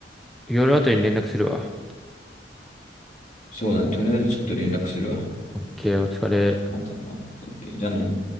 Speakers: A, in the centre; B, on the left.
A: 夜あたりに連絡するわ。
B: そうだね。とりあえずちょっと連絡するわ。
A: オッケー、お疲れ。
B: また。OK。じゃあね。